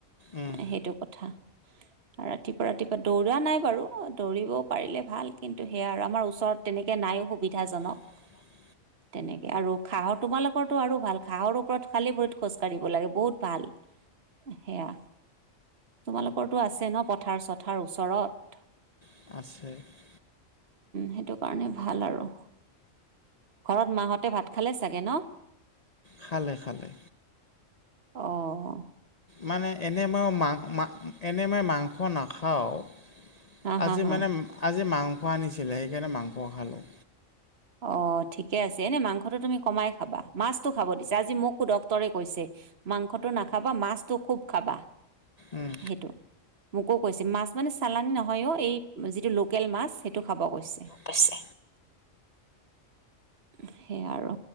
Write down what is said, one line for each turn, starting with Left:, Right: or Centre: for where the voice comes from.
Left: উম
Right: সেইটো কথা ৰাতিপুৱা ৰাতিপুৱা দৌৰা নাই বাৰু দৌৰিব পাৰিলে ভাল কিন্তু সেয়া আৰু আমাৰ ওচৰত তেনেক গকে নায়ো সুবিধাজনক
Left: হয়
Right: তেনেকৈ আৰু খাঁহৰ তোমালোকৰৰতো আৰু ভাল ঘাঁহৰ ওপৰত খালী পৰিত খোজ কঢ়িব লাগে বহুত পাল সেয়া তোমালোকৰটোো আছে ন পথাৰ চথাৰ ওচৰত
Left: আছেছে
Right: সেইটো কাৰণে ভাল আৰু ঘৰত মাহঁতে ভাত খালে চাগে ন
Left: খালে খালে
Right: অঁ
Left: মানে এনেময় এনেমই মাংস নাখাওঁ
Right: হা
Left: আজি
Right: হা হা
Left: মানে আজি মাংস আনিছিলে সেইকাৰণে মাংস খালোঁ
Right: অঁ ঠিকে আছে এনেই মাংসটো তুমি কমাই খাবা মাছটো খাব দিছা আজি মোকো ডক্টৰে কৈছে মাংসটো নাখাবা মাছটো খুব খাবা
Left: উম
Right: সেইটো মোকো কৈছে মাছ মানে চালানী নহয়ো এই যিটো লোকেল মাছ সেইটো খাব কৈছে
Left: পছে
Right: সেইয়াই আৰু